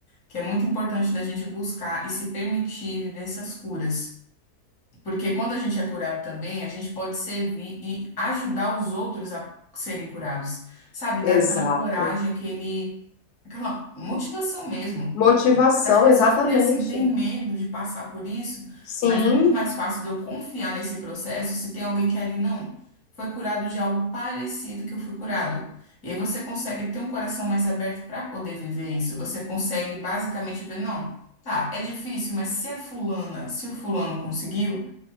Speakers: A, on the left; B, on the left.
A: que é muito importante da gente buscar e se permitir viver essas curas. Porque quando a gente é curado também, a gente pode servir e ajudar os outros a serem curados. Sabe, dar
B: Exato.
A: aquela coragem, aquele aquela motivação mesmo
B: Motivação,
A: para as pessoas
B: exatamente.
A: que, assim, têm medo de passar por isso,
B: Sim,
A: mas é muito mais fácil de eu confiar nesse processo se tem alguém que é ali não foi curado de algo parecido que eu fui curado. E aí você consegue ter um coração mais aberto para poder viver isso. Você consegue basicamente ver, não, tá, é difícil, mas se a fulana, se o fulano conseguiu.